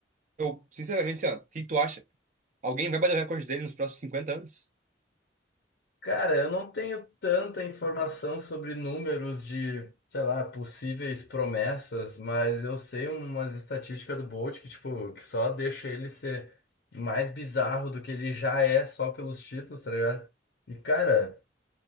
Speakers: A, on the right (about 45°); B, on the left (about 70°).
A: eu, sinceramente, assim, ó, o que que tu acha? Alguém vai bater o recorde dele nos próximos cinquenta anos?
B: Cara, eu não tenho tanta informação sobre números de, sei lá, possíveis promessas, mas eu sei umas estatísticas do Bolt que, tipo, que só deixa ele ser mais bizarro do que ele já é só pelos títulos, tá ligado? E, cara,